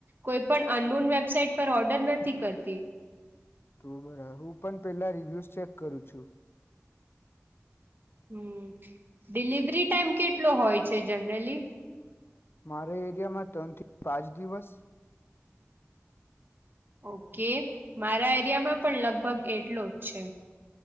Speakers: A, on the right (about 45°); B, on the left (about 50°).
A: કોઈ પણ અનુન વેબસાઇટ પર ઓર્ડર નથી કરતી.
B: તો બરા હું પણ પેલા રિવ્યસ ચેક કરું છું.
A: હમ ડિલિવરી ટાઈમ કેટલો હોય છે જનરલી.
B: મારે એરિયામાં ત્રણ થી પાંચ દિવસ. <inaudible> <inaudible>
A: ઓકે મારા એરિયામાં પણ લગભગ એટલો જ છે.